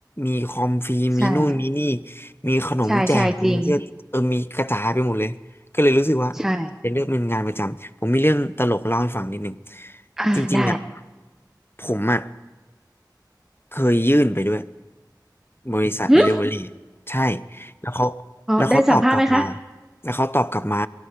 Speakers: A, on the left; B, in the centre.
A: มีคอมฟรีมีนู่นมีนี่
B: ใช่
A: มีขนมแจกมีเสื้อเออมีกระจายไปหมดเลยก็เลยรู้สึกว่า
B: ใช่ใช่จริงใช่
A: เป็นเรื่องเป็นงานประจำผมมีเรื่องตลกเล่าให้ฟังนิดนึง
B: อ่าได้
A: จริงๆอ่ะผมอ่ะ เคยยื่นไปด้วยบริษัท
B: หึ
A: Delivery ใช่แล้วเขา
B: อ๋อได้สัมภาษณ์ไหมคะ
A: แล้วเขาตอบกลับมาแล้วเขาตอบกลับมา